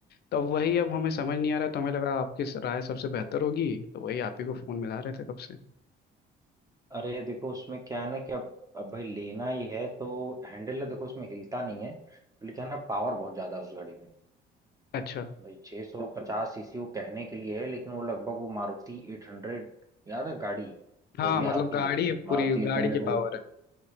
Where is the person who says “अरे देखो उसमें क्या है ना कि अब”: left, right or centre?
Right